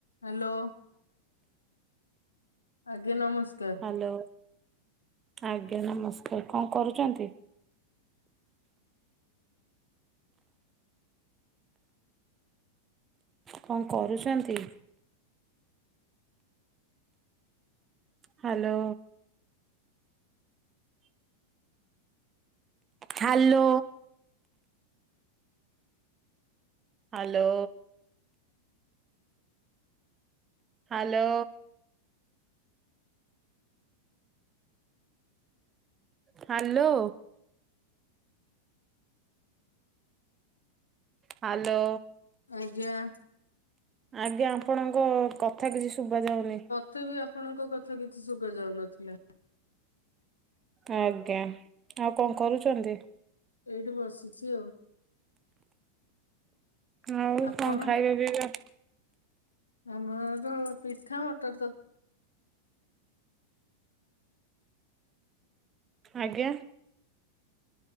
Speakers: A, on the left (about 75°); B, on the right (about 25°).
A: Hello ଆଜ୍ଞା ନମସ୍କାର।
B: Hello ଆଜ୍ଞା ନମସ୍କାର କଣ କରୁଛନ୍ତି? କଣ କରୁଛନ୍ତି? Hello. Hello. Hello. Hello. Hello. Hello.
A: ଆଗିଆଁ।
B: ଆଜ୍ଞା ଆପଣଙ୍କ କଥା କିଛି ଶୁବାଯାଉନି।
A: ମତେ ବି ଆପଣଙ୍କ କଥା କିଛି ଶୁବା ଯାଉନଥୁଲା।
B: ଆଜ୍ଞା ଆଉ କଣ କରୁଚନ୍ତି?
A: ଏଇଠି ବସିଚି ଆଉ।
B: ଆଉ
A: ଆପଣ
B: କଣ ଖାଇବା ପିଇବା?
A: ଆମର ତ ପିଠା ମଟର ତର୍
B: ଆଜ୍ଞା?